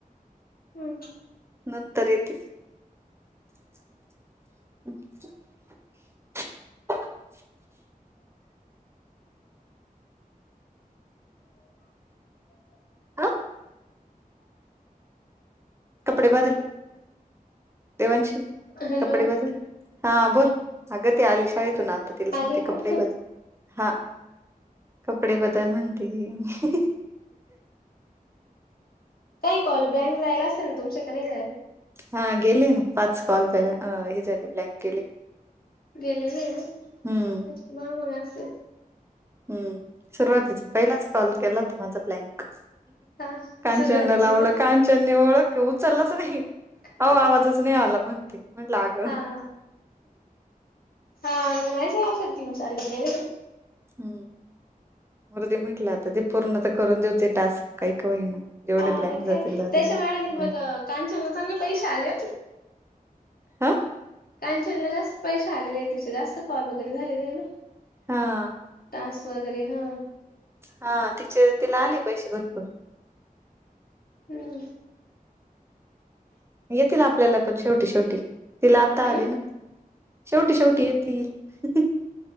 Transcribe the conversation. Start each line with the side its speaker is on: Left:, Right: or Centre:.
Left: हम्म
Right: नंतर येेते अ हा कपडे बदल देवांशी
Left: हॅलो
Right: कपडे बजल हा बोल अगती आली शाळेतून आज
Left: आले
Right: ते कपडे
Left: का?
Right: ब हा कप कपडे बदल म्हणते म
Left: काही कॉल ब्लँकयला असेल ना तुमच्याकडे नाही जाईल
Right: हा गेली ना पाच कॉल पला अ हे झाली ब्लँक गेली
Left: गेलेलेमा
Right: हम्म
Left: मग असे
Right: हम्म सुरुवातीच पहिलाच कॉल केला हो त माझा ब्लँक
Left: हा
Right: कांचनला
Left: सुरुवातीचे
Right: लावलं
Left: का?
Right: कांचननी ओळख उचललाच नाही
Left: हा
Right: हो आवाजच
Left: हा
Right: नाही आला म्हण ते म्हणग
Left: हा हा हा मा तीन चार घ
Right: हम्म मृदी म्हंटलं आता ते पूर्ण तर करून देऊते टास्क काही का होईना जेवढे
Left: हा
Right: ब्लँक
Left: मग
Right: जातील
Left: काय
Right: जाऊदे
Left: त्याच्यामुळेळाने
Right: म्हटलं
Left: मग कांचनला चांगले पैसे आले
Right: ह हा
Left: कचनला जास्त पैसे आले आहेत तिचे जास्त कॉल वगैरे झालेले आहे ना
Right: हा
Left: तास वगैरे हा
Right: हा तिचे तिला आले पैसे भरपूर
Left: हम्
Right: येतील आपल्याला पण शेवटी शेवटी तिला आता
Left: हम्म
Right: आले ना शेवटी शेवटी येतील